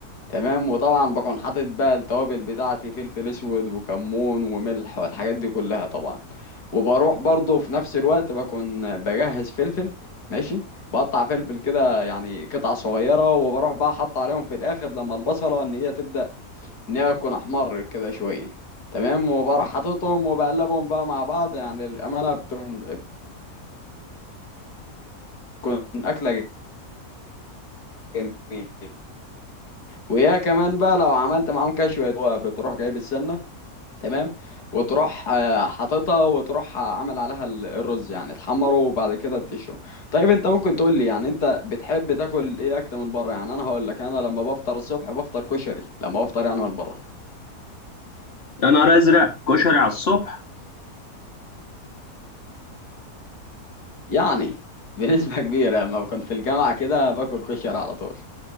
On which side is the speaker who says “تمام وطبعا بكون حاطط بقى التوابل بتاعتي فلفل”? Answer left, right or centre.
Left